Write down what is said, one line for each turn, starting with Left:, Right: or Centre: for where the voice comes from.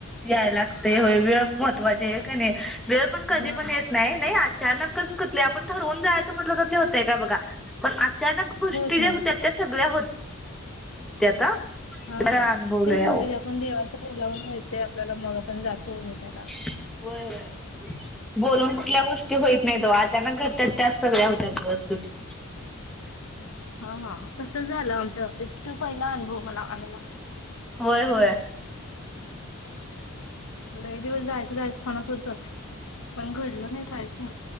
Centre: याय लागतेय होय वेळ महत्वाची आहे का नाही वेळ पण कधी
Left: हा
Centre: पण येत नाही, नाही, अचानकच क आपण ठरवून जायचं म्हटलं तर ते होतय का बघा पण, अचानक गोष्टी
Left: होत
Centre: ज्या
Left: नाही
Centre: होत्या त्या सगळ्या होत. त्या आता,
Left: हा
Centre: अनुभवलं
Left: तेच
Centre: यावं.
Left: म्हणत की आपण देवाचं बोलावून मिळते आपल्याला मग आपण जातो उमेटायला.
Centre: होय, होय बोलून कुठल्या गोष्टी होईत नाही तो अचानक घरच्या त्यात सगळ्या होत्या व्यवस्थत. ढ
Left: हा हा तस झालं आमच्या हबतीत तो पहिला अनुभव मला आणाण्याला
Centre: होय होय
Left: मला एक दिवस जायचं जायचं पणत होतं पण घडलं नाही जायचं